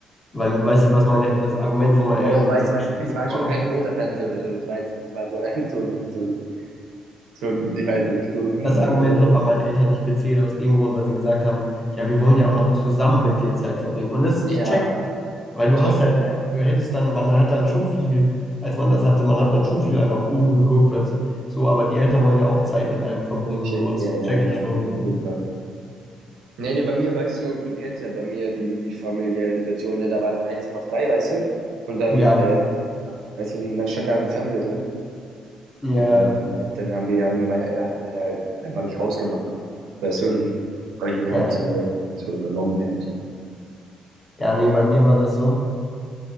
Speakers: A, on the left (about 20°); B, on the right (about 85°).
A: weil, weißt du, was meine, das Argument von meinen
B: Oh,
A: Eltern,
B: weiß,
A: das
B: weiß,
A: verstehe
B: das war
A: ich überhaupt.
B: schon kein großer Fernseher oder so. Das war jetzt, das war so ein, so ein, so ein, so ein, ich weiß nicht, so ein nicht
A: das
B: so
A: Argument
B: guter Fernseher.
A: hat bei meinen Eltern nicht gezählt, aus dem Grund, weil sie gesagt haben, ja, wir wollen ja auch noch zusammen mit dir Zeit verbringen. Und das,
B: Ja,
A: ich check das, weil
B: ich
A: du
B: check,
A: hast halt,
B: ja.
A: du hättest dann, man hat dann schon viel, als man das hatte, man hat dann schon viel einfach oben geguckt, weil so, aber die Eltern wollen ja auch Zeit mit einem verbringen,
B: Check,
A: so, das
B: ja, ja,
A: check
B: klar.
A: ich schon.
B: Auf jeden Fall. Nee, nee, bei mir, weißt du, du kennst ja bei mir die familiäre Situation, ne? Da war dann ein Zimmer frei, weißt du? Und dann
A: so. Ja,
B: äh, Weißt du, und dann stand da halt ein Fernseher drin
A: ja,
B: und
A: okay.
B: äh, dann haben wir ja, mein, hat er halt einfach nicht rausgemacht. Weißt du, und habe ich ihn
A: ja,
B: halt äh, so übernommen, mäßig.
A: ja, nee, bei mir war das so,